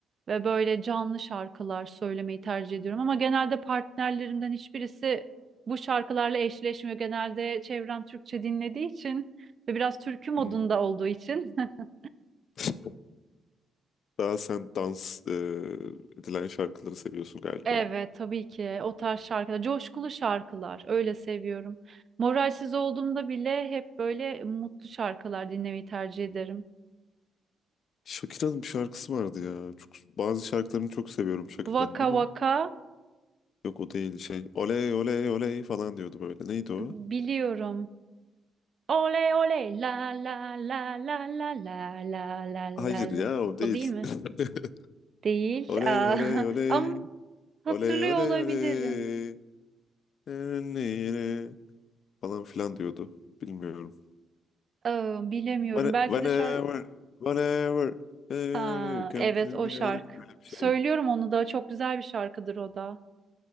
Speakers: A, on the right; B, on the left.
A: ve böyle canlı şarkılar söylemeyi tercih ediyorum ama genelde partnerlerimden hiçbirisi bu şarkılarla eşleşmiyor. Genelde çevrem Türkçe dinlediği için ve biraz türkü modunda
B: Hmm.
A: olduğu için <laughs>
B: <laughs> Daha sen dans e, edilen şarkıları seviyorsun galiba.
A: Evet tabii ki o tarz şarkılar, coşkulu şarkılar öyle seviyorum. Moralsiz olduğumda bile hep böyle mutlu şarkılar dinlemeyi tercih ederim.
B: Shakira'nın bir şarkısı vardı ya. Çok, bazı şarkılarını çok seviyorum Shakira'nın
A: Vaka
B: ama
A: vaka
B: yok o değil şey. Oley oley oley falan diyordu böyle. Neydi o?
A: biliyorum. Oley oley la la la la la la la la
B: Hayır
A: la la.
B: ya o
A: O
B: değil.
A: değil mi?
B: <laughs>
A: Değil.
B: Oley
A: Aa,
B: oley
A: <laughs>
B: oley
A: Ama hatırlıyor
B: oley oley
A: olabilirim.
B: oley falan filan diyordu. Bilmiyorum.
A: Aa, bilemiyorum.
B: When-
A: Belki
B: Whenever,
A: de şarkı.
B: whenever, whenever
A: Ha,
B: you come
A: evet
B: together.
A: o şarkı.
B: Öyle bir
A: Söylüyorum
B: şeydi.
A: onu da çok güzel bir şarkıdır o da.